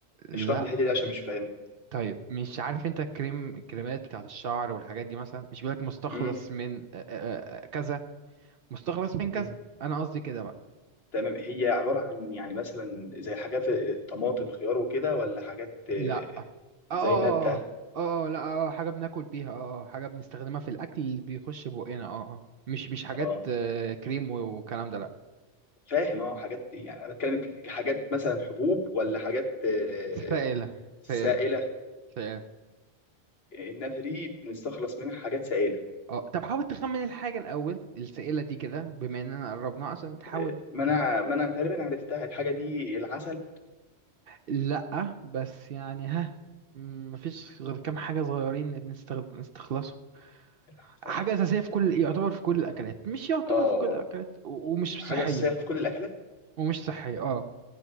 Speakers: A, on the right; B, on the left.
A: لا
B: اشرح لي الحته دي عشان مش فاهم
A: طيب مش عارف انت الكريم الكريمات بتاعت الشعر والحاجات دي مثلا مش بيقولك مستخلص
B: مم.
A: من آه، آه، آه، كذا مستخلص من كذا
B: مم.
A: انا قصدي كده بقى
B: تمام هي عباره عن يعني مثلا زي حاجات طماطم خيار وكده ولا حاجات آه،
A: لا اه اه
B: زي ماده
A: اه آه، آه، لا اه حاجة بناكل بيها اه آه، حاجة بنستخدمها في الاكل اللي بيخش بقنا اه اه مش مش حاجات
B: اه
A: آه، كريم والكلام ده لا
B: فاهم اه حاجات يعني انا بتكلم ك- حاجات مثلا حبوب ولا حاجات آه،
A: سائلة
B: سائله
A: سائلة سائلة
B: الناتري بنستخلص منها حاجات سائله
A: اه طب حاول تخمن الحاجة الأول السائلة دي كده بما إننا قربناها عشان تحاول
B: آه، ما انا ما انا تقريبا عرفتها الحاجه دي العسل
A: لأ بس يعني ها م- مفيش غير كام حاجة صغيرين بنستخد- بنستخلصهم
B: العسل
A: حاجة أساسية في كل يعتبر في كل الأكلات مش يعتبر
B: اه آه.
A: في كل الأكلات و- ومش
B: حاجه
A: صحية
B: اساسيه في كل الاكلات
A: ومش صحية اه